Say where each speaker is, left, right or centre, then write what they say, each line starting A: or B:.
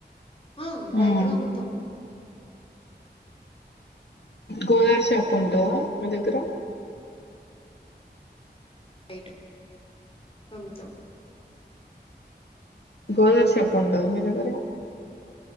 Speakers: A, on the left; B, on the left.
A: ఆ
B: ఉమ్
A: బయటికమ్ముతాం
B: గోదారి షాప్ ఉంటాద మీ దగ్గర
A: టైట్ కొంచెం
B: గోదారి చాప ఉంటాద మీ దగ్గర